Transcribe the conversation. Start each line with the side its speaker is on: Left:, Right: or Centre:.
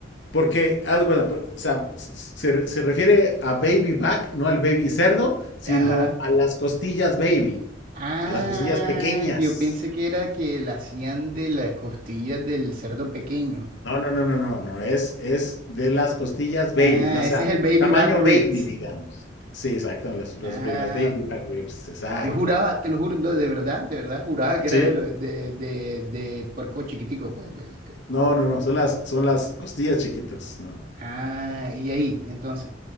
Left: Porque, haz de cuenta, por- o sea, se, se refiere a baby back, no al baby cerdo, sino
Right: ajá.
Left: a las costillas baby,
Right: Ah,
Left: a las costillas pequeñas.
Right: yo pensé que era que la hacían de las costillas del cerdo pequeño.
Left: No, no, no, no, no, no, es, es de las costillas babies,
Right: Ah,
Left: la- o sea,
Right: ese es el baby
Left: tamaño
Right: back ribs.
Left: baby, digamos. Sí, exacto, las, las,
Right: Ah,
Left: ri- las baby back ribs, exacto.
Right: Yo juraba, te lo juro, no, de verdad, de verdad juraba que
Left: ¿Sí?
Right: era de, lo- de, de, de puerco chiquitico, pues. del- del-
Left: No, no, no, son las, son las costillas chiquitas, ¿no?
Right: Ah, y ahí, entonces.